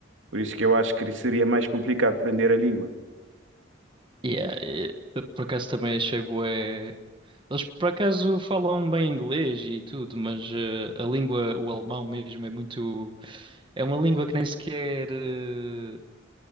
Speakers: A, on the right; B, on the right.
A: por isso que eu acho que seria mais complicado aprender a língua.
B: Yeah, eh, por acaso também achei bué. Eles por acaso falam bem inglês e tudo, mas eh, a língua, o alemão mesmo, é muito. É uma língua que nem sequer. eh,